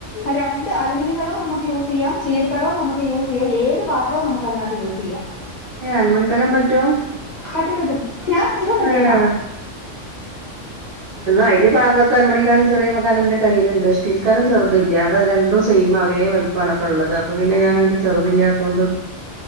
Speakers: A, on the left (about 55°); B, on the right (about 60°).
A: രണ്ട് അലൂുമിനിയ കലോ നമുക്ക് യൂസ് ചെയ്യാം ചീൽക്കലോ നമുക്ക് യൂസ് ചെയ്യാം ഏത് പാത്രവും നമുക്ക് അതിനകത്ത് യൂസ് ചെയ്യാം
B: ഏ ആലുമണിക്കല പറ്റു
A: പറ്റും പറ്റും ഞാൻ സ്ഥിരം വെക്കുന്ന
B: ഏഹ് അയ്‌ന് പാക തൽമണിക്കല ചെറിയ കലന്റെ കയ്യിലണ്ട്. ഇക്കാലം ചെറുതല്ല അത് രണ്ട സയിം ഒരേ വലപ്പമാണ്പ്പ ഇള്ളത് അപ്പ പിന്ന ഞാൻ അയ്ന്റെ ചെറുത ഇല്ലാതൊണ്ട്